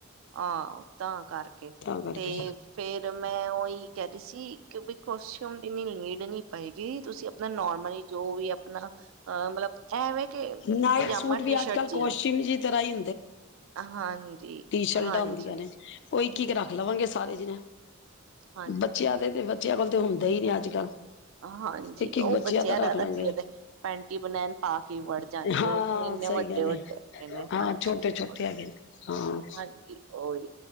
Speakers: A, on the right; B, on the left.
A: ਹਾਂ ਤਾਂ ਕਰਕੇ
B: ਤਾਂ ਕਰਕੇ
A: ਤੇ ਫੇਰ ਮੈਂ ਉਹੀ ਕਹਿ ਰਹੀ ਸੀ ਕਿ ਕੋਸ਼ਚਿਊਮ ਦੀ ਇਨੀ ਨੀਡ ਨੀ ਪਏਗੀ ਤੁਸੀਂ ਅ ਮੈ ਨੋਰਮਲੀ ਜੋ ਵੀ ਅਪਨਾ ਮਲਬ ਏਵੇ ਕੇ
B: ਨਾਈਟ
A: ਪਜਾਮਾ
B: ਸੂਟ ਵੀ
A: ਟੀ
B: ਅੱਜ
A: ਸ਼ਰਟ
B: ਕੱਲ੍ਹ
A: ਜੀਨ
B: ਕੋਸਟਿਊਮ ਜੀ ਤਰ੍ਹਾਂ ਹੀ
A: ਹਾਂਜੀ
B: ਚਲਦਾ
A: ਹਾਂਜੀ
B: ਹੁੰਦੀਆਂ ਨੇ ਉਹ ਇੱਕ ਇੱਕ ਰੱਖ ਲਵਾਂਗੇ ਸਾਰੇ ਜਿਣੇ
A: ਹਾਂ
B: ਬੱਚਿਆਂ ਦੇ ਤੇ ਬੱਚਿਆਂ ਕੋਲ ਤੇ ਹੁੰਦੇ ਈ ਨੇ ਅੱਜ ਕੱਲ੍ਹ
A: ਹਾਂਜੀ
B: ਇੱਕ
A: ਉਹ
B: ਇੱਕ ਬੱਚਿਆਂ
A: ਬਚਿਆ
B: ਰੱਖ
A: ਦਾ
B: ਲਾਂਗੇ
A: ਤਾਂ ਕੀ ਏ ਪੈਂਟੀ ਬਨੈਨ ਪਾ ਕੀ ਵੜ ਜਾਣਗੇ,
B: ਹਾਂ
A: ਉਹ ਕਹਿੰਦੇ ਇੰਨੇ
B: ਸਹੀ
A: ਵੱਡੇ-ਵੱਡੇ
B: ਗੱਲ ਹੈ
A: ਹੈਗੇ ਨੇ
B: ਹਾਂ
A: ਹਾਂਜੀ-ਹਾਂਜੀ
B: ਛੋਟੇ ਛੋਟੇ ਹੈਗੇ ਨੇ
A: ਉਹੀ